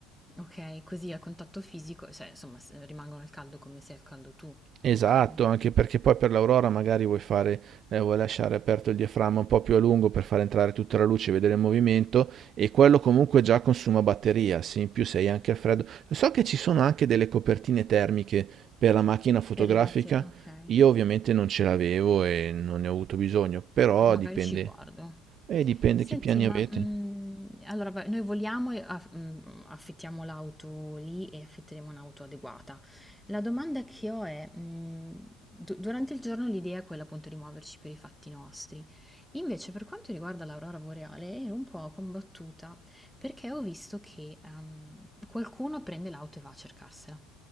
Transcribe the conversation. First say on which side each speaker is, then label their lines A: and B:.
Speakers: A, in the centre; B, on the right (about 40°).
A: Okay, così a contatto fisico, cioè insomma s rimangono al caldo come sei al caldo tu,
B: Esatto,
A: okay.
B: anche perché poi per l'Aurora magari vuoi fare, eh, vuoi lasciare aperto il diaframma un po' più a lungo per far entrare tutta la luce e vedere il movimento e quello comunque già consuma batteria, sì, in più sei anche al freddo. So che ci sono anche delle copertine termiche per la macchina fotografica,
A: Per le batte okay,
B: io ovviamente non ce l'avevo e non ne ho avuto bisogno, però
A: magari
B: dipende,
A: ci guardo.
B: eh, dipende
A: Senti,
B: che piani
A: ma
B: avete.
A: mhmm, allora vabbè, noi voliamo e af mhmm, affittiamo l'auto lì e affitteremo un'auto adeguata. La domanda che ho è, mhmm, du durante il giorno l'idea è quella appunto di muoverci per i fatti nostri. Invece per quanto riguarda l'aurora boreale ero un po' combattuta perché ho visto che, ehm, qualcuno prende l'auto e va a cercarsela.